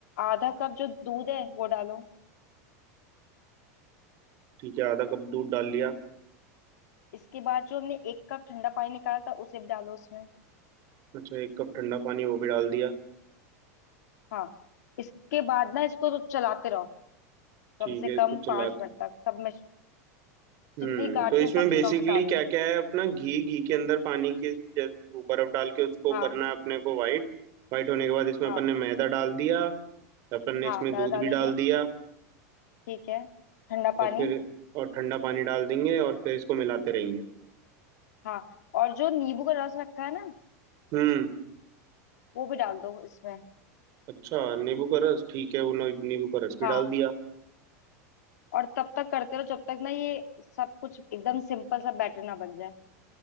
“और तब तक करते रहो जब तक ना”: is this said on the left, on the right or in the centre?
Left